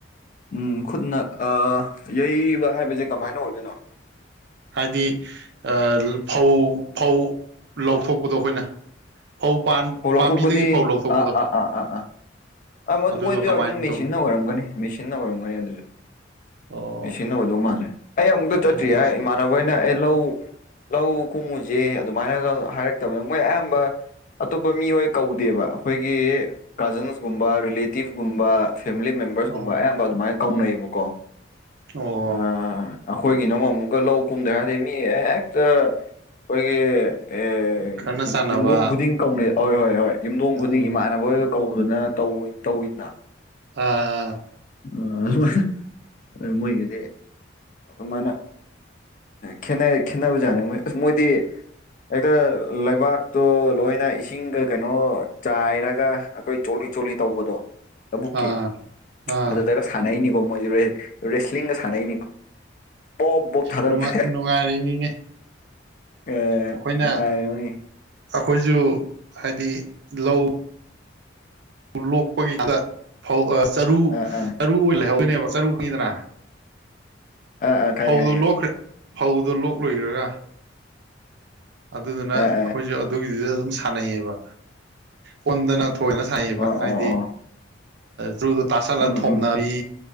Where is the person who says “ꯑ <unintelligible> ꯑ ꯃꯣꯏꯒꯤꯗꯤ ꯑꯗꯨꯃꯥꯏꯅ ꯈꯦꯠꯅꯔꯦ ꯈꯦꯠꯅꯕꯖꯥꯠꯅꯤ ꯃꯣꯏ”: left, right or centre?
Left